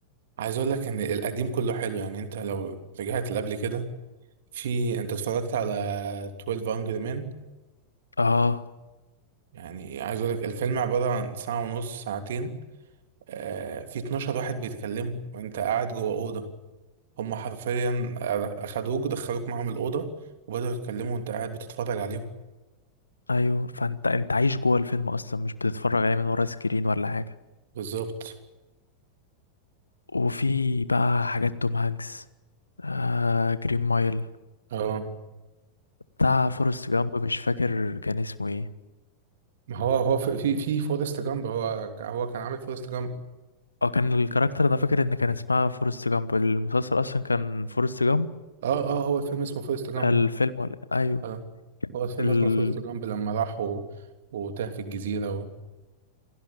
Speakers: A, on the right; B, on the left.
A: عايز اقول لك ان القديم كله حلو يعني انت لو رجعت لقبل كده في انت اتفرجت على 12 Angry Men
B: اه
A: يعني عايز اقول لك الفيلم عبارة عن ساعة ونص ساعتين آه في 12 واحد بيتكلموا وانت قاعد جوه أوضة هم حرفيا اخدوك دخلوك معاهم الاوضه وبداوا يتكلموا وانت قاعد بتتفرج عليهم
B: ايوه فانت انت عايش جوه الفيلم اصلا مش بتتفرج عليه من ورا سكرين ولا حاجه
A: بالظبط
B: وفي بقى حاجات توم هانكس آه جرين مايل
A: اه
B: بتاع فورست جامب مش فاكر كان اسمه ايه
A: ما هو هو في في في فورست جامب هو هو كان عامل فورست جامب
B: اه كان الكاركتر انا فاكر ان كان اسمها فورست جامب المسلسل اصلا كان فورست جامب
A: اه اه هو الفيلم اسمه فورست جامب
B: الفيلم ولا ايوه
A: اه هو الفيلم
B: ال...
A: اسمه فورست جامب لما راح و... وتاه في الجزيره و...